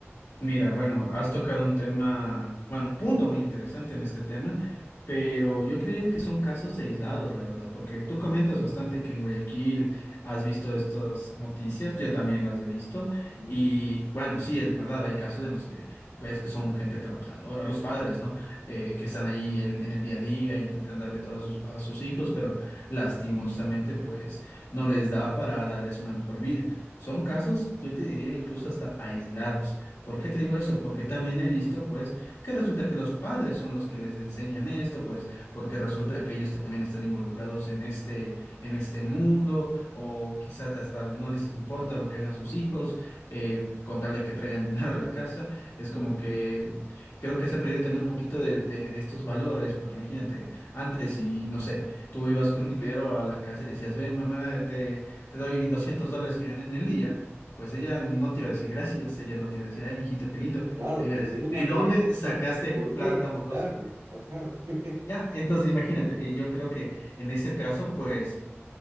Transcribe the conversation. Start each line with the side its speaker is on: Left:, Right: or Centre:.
Left: Mira, bueno, has tocado un tema, bueno, un punto muy interesante en este tema, pero yo creería que son casos aislados, la verdad, porque tú comentas bastante que en Guayaquil has visto estas noticias, yo también las he visto,
Right: Ujú.
Left: y bueno, sí, es verdad, hay casos en los que ves que son gente trabajadora, los padres, ¿no? Eh, que están ahí el- en el día a día, intentan darle todo a sus, a sus hijos, pero lastimosamente, pues, no les da para darles una mejor vida. Son casos, yo te diría, incluso hasta aislados. ¿Por qué te digo eso? Porque también he visto, pues, que resulta que los padres son los que les enseñan esto, pues, porque resulta que ellos también están involucrados en este, en este mundo, o quizás hasta no les importa lo que hagan sus hijos, eh, con tal de que traigan <laughs> dinero a la casa. Es como que creo que se ha perdido también un poquito de, de, de estos valores, porque imagínate, antes y no sé, tú ibas con dinero a la casa y decías, ven, mamá, te, te doy 200 dólares que gané en el día pues ella no te iba a decir gracias, ella no te iba a decir, ay, mijito, qué lindo,
Right: Claro,
Left: te iba
Right: pues
Left: a decir,
Right: de una
Left: ¿de dónde
Right: caída. en el
Left: sacaste
Right: caso. ¿Por
Left: plata,
Right: qué?
Left: mocoso?
Right: Claro, ajá. <laughs>
Left: Ya, entonces imagínate, eh, yo creo que en ese caso, pues